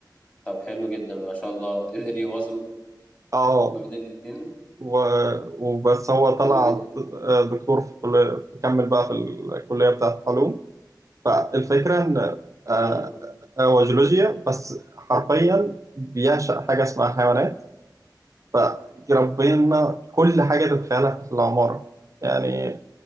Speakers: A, on the left (about 20°); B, on the right (about 45°).
A: طب حلو جدا ما شاء الله قدر يوازن
B: اه
A: ما بين الاتنين
B: و... وبس هو طلع
A: حلو جدا
B: دكتور في كلية كمل بقى في الكلية بتاعة العلوم فالفكرة إن آه،
A: امم
B: هو جيولوجيا بس حرفيا بيعشق حاجة اسمها حيوانات فربنا كل حاجة تتخيلها في العمارة يعني